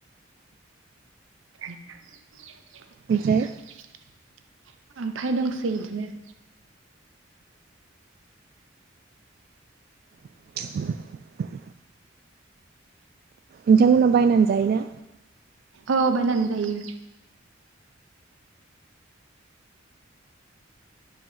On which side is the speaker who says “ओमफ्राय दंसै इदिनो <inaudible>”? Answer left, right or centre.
Right